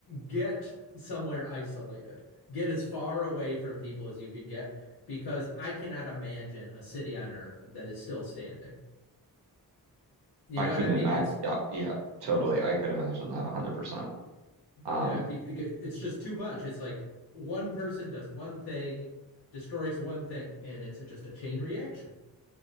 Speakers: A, on the left; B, on the right.
A: get somewhere isolated. Get as far away from people as you can get because I cannot imagine a city on Earth that is still standing. You
B: I
A: know
B: couldn't
A: what I mean?
B: imagine.
A: It's
B: Yeah, yeah, totally.
A: yeah.
B: I could imagine that 100%. Um,
A: Yeah, it'd be- it's just too much. It's like one person does one thing, destroys one thing, and it's just a chain reaction.